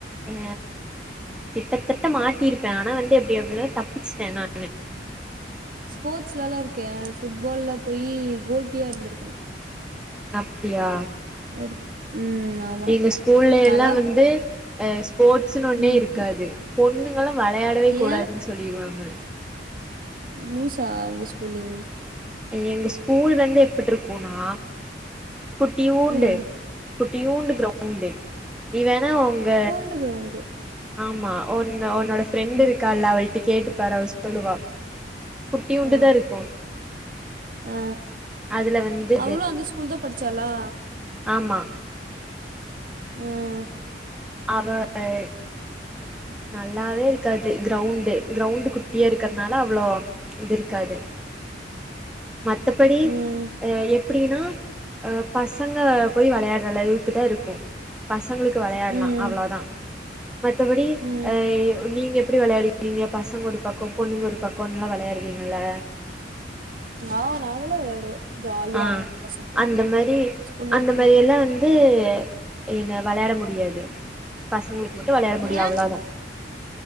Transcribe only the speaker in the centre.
ஆ கிட்டத்தட்ட மாட்டியிருப்பே ஆனா வந்து எப்டி எப்டியோ தப்பிச்சுட்டே நான்
அப்டியா
எங்க ஸ்கூல்
எல்லா வந்து அ ஸ்போர்ட்ஸ்னு ஒன்னே
இருக்காது பொண்ணுங்கல்லா வெளையாடவே
கூடாதுன்னு சொல்லிருவாங்க
இங்க எங்க ஸ்கூல் வந்து எப்புட்ருக்குன்னா குட்டியூண்டு
குட்டியூண்டு க்ரௌண்டு நீ வேணா உங்க
ஆமா ஒன்னு ஒன்னோட ஃப்ரெண்ட்டு
இருக்கால்ல அவள்ட்ட கேட்டுப்பாரு அவ சொல்லுவா குட்டியூண்டு
தா இருக்கு
அதுல வந்து
ஆமா
அவ எ நல்லாவே இருக்காது க்ரௌண்டு க்ரௌண்டு் குட்டியா இருக்குறதுனால அவ்ளோ இது இருக்காது மத்தபடி
அ எப்டினா அ பசங்க போய் வெளையாட்ற அளவுக்குதா இருக்கு பசங்களுக்கு வெளையாட்லா
அவ்ளோதா மத்தபடி
அ நீங்க எப்டி வெளையாடி றீங்க பசங்க ஒரு பக்கோ பொண்ணுங்க ஒரு பக்கோன்லா வெளையாடுவீங்கல்ல
ஆ
அந்த மாரி
அந்த
மாரி எல்லா வந்து இங்க வெளையாட முடியாது பசங்களுக்கு மட்டு வெளையாட முடியு
அவ்ளோதா